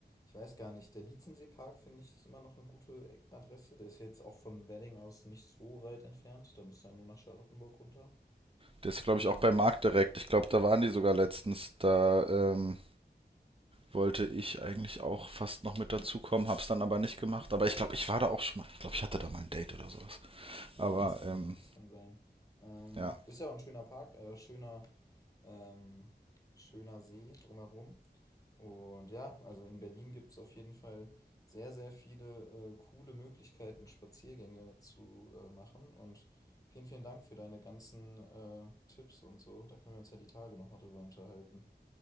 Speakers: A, on the left (about 20°); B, on the right (about 30°).
A: ich weiß gar nicht, der Lietzenseepark finde ich ist immer noch eine gute E- Adresse. Der ist jetzt auch von Wedding aus nicht so weit entfernt. Da müsst ihr nur nach Charlottenburg runter.
B: Das ist, glaube
A: Ähm,
B: ich, auch beim Markt direkt. Ich glaube, da waren die sogar letztens. Da ähm, wollte ich eigentlich auch fast noch mit dazukommen, hab's dann aber nicht gemacht. Aber ich glaube, ich war da auch schon mal. Ich glaube, ich hatte da mal ein Date oder sowas. Aber
A: ja, das kann,
B: ähm,
A: das kann sein. Ähm,
B: ja,
A: ist ja auch ein schöner Park, äh, schöner, ähm, schöner See drumherum. Und ja, also in Berlin gibt es auf jeden Fall sehr, sehr viele äh, coole Möglichkeiten, Spaziergänge zu äh, machen. Und vielen, vielen Dank für deine ganzen äh, Tipps und so. Da können wir uns ja die Tage nochmal drüber unterhalten.